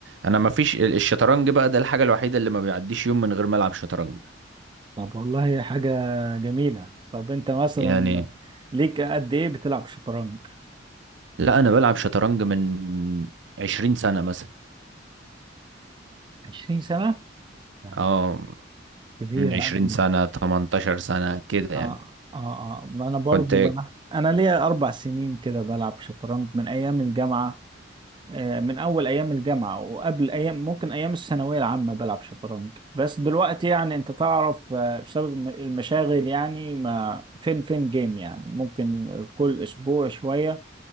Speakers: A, on the right; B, on the right.
A: أنا ما فيش الشطرنج بقى ده الحاجة الوحيدة اللي ما بيعديش يوم من غير ما ألعب شطرنج
B: طب والله هي حاجة جميلة طب انت مثلا
A: يعني
B: ليك قد ايه بتلعب شطرنج؟
A: لا انا بلعب شطرنج من 20 سنة مثلا
B: 20 سنة؟ يعني
A: اه
B: كبيرة
A: من 20
B: انا ليه؟
A: سنة 18 سنة كده يعني
B: اه اه اه ما انا برضو
A: كنت
B: بلعب انا ليا اربع سنين كده بلعب شطرنج من ايام الجامعة آه، من اول ايام الجامعة وقبل ايام ممكن ايام الثانوية العامة بلعب شطرنج بس دلوقتي يعني انت تعرف آه، بسبب الم- المشاغل يعني ما فين فين جيم يعني ممكن كل اسبوع شوية